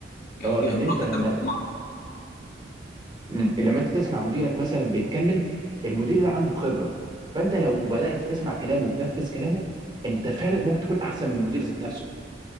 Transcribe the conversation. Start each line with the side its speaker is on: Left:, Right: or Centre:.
Left: يعني
Right: اه
Left: دي
Right: إن
Left: خبرات
Right: أنت لما
Left: انت بتجمعها
Right: م- لما أنت تسمع مديرك مثلا بيتكلم المدير ده عنده خبرة فأنت لو بدأت تسمع كلامه وتنفذ كلامه أنت فعلا ممكن تكون أحسن من المدير ذات نفسه